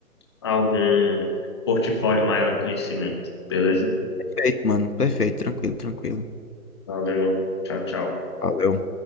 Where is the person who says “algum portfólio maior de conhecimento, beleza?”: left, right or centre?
Left